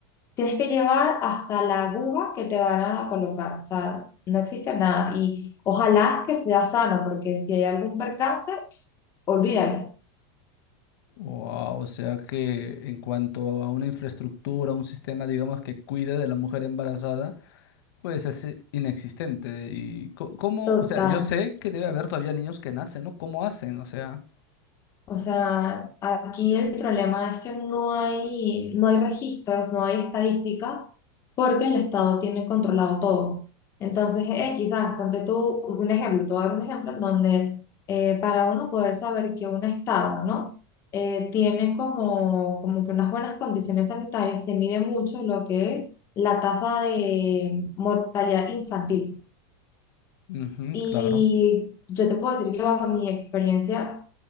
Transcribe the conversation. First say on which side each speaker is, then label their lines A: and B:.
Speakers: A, on the left (about 25°); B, on the left (about 60°).
A: Tienes que llevar hasta la aguja que te van a colocar, o sea, no existe nada. Y ojalá que sea sano, porque si hay algún percance, olvídalo.
B: wow, o sea que en cuanto a una infraestructura, un sistema, digamos, que cuide de la mujer embarazada, Pues es eh, inexistente. ¿Y co- cómo?
A: Total,
B: O sea, yo sé que debe haber todavía niños que nacen, ¿no? ¿Cómo hacen? O sea,
A: O sea, aquí el problema es que no hay, no hay registros, no hay estadísticas, porque el Estado tiene controlado todo. Entonces, eh, quizás, ponte tú un ejemplo, te voy a dar un ejemplo en donde eh, para uno poder saber que un Estado, ¿no? Eh, tiene como, como que unas buenas condiciones sanitarias, se mide mucho lo que es la tasa de mortalidad infantil.
B: ujú,
A: Y
B: claro.
A: yo te puedo decir que bajo mi experiencia